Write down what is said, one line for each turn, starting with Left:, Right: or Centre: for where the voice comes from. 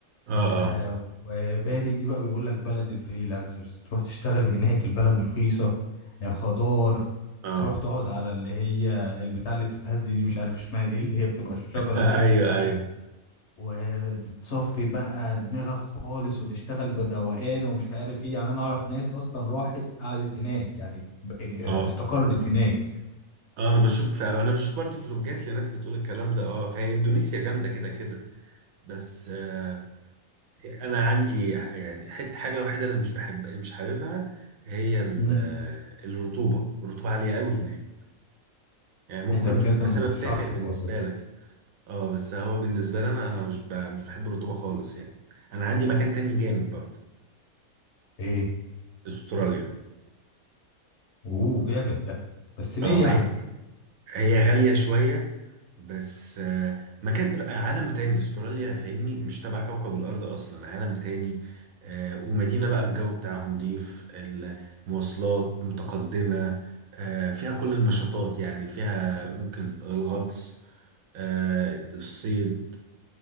Right: اه
Left: آه
Right: اه
Left: وبالي دي بقى بيقول لك بلد الفريلانسرز تروح تشتغل هناك البلد رخيصة آه، خضار
Right: اه
Left: تروح تقعد على اللي هي البتاع اللي بتتهز دي مش عارف اسمها ايه اللي هي بتبقى الشجرة
Right: آه،
Left: دي
Right: ايوه ايوه
Left: وبتصفي بقى دماغك خالص وتشتغل بالروقان ومش عارف ايه يعني انا اعرف ناس اصلا راحت قعدت هناك يعني ب- آه،
Right: اه
Left: استقرت هناك
Right: اه انا بشوف انا بشوف برضه فلوجات لناس بتقول الكلام ده اه فهي اندونيسيا جامده كده كده بس آه، انا عندي يعني حته حاجه وحيده اللي مش بحب اللي مش حاببها هي ال-
Left: مم.
Right: الرطوبه الرطوبه عاليه قوي هناك يعني ممكن
Left: ايه ده بجد
Right: يكون ده
Left: انا
Right: سبب
Left: ما كنتش
Right: تافه
Left: اعرف
Right: بالنسبه
Left: الحوار ده
Right: لك اه بس هو بالنسبه لي انا انا مش ب... مش بحب الرطوبه خالص يعني انا عندي مكان تاني جامد برضه
Left: ايه
Right: استراليا
Left: اوه جامد ده بس ليه
Right: اه
Left: يعني
Right: هي هي غاليه شويه بس آه، مكان عالم تاني استراليا فاهمني مش تبع كوكب الارض اصلا عالم تاني آه، ومدينه بقى الجو بتاعها نضيف المواصلات متقدمه آه، فيها كل النشاطات يعني فيها ممكن الغطس آه، الصيد